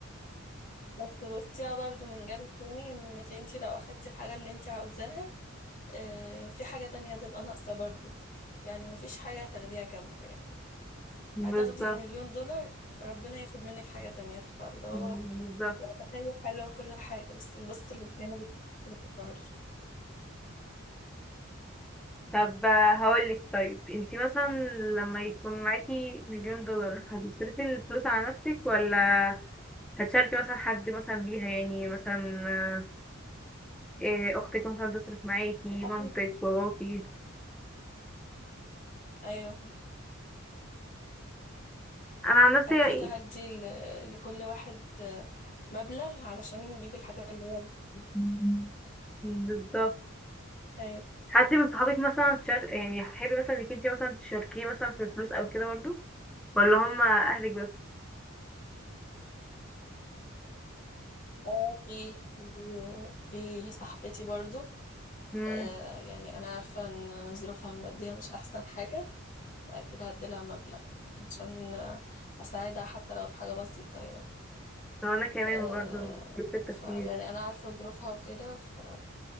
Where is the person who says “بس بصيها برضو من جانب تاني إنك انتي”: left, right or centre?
Left